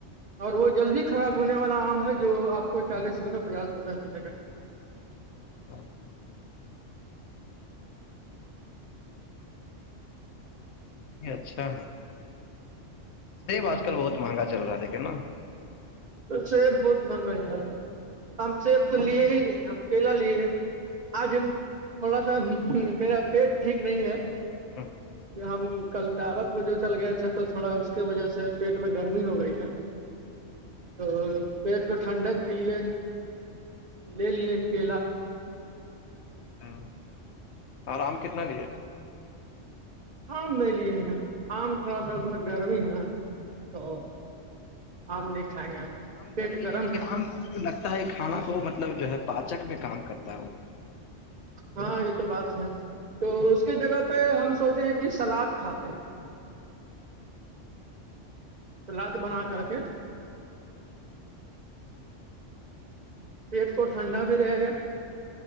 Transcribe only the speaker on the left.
<inaudible> ج اچھا ہے سیب
آج کل بہت مہنگا چل رہا تھا کیا نا
ہمم
ہمم اور آم کتنا بھی ہے
لیکن عام
گرمی
ہے لیکن عام لگتا ہے کھانا کو مطلب جو ہے پاچک میں کام کرتا ہے وہ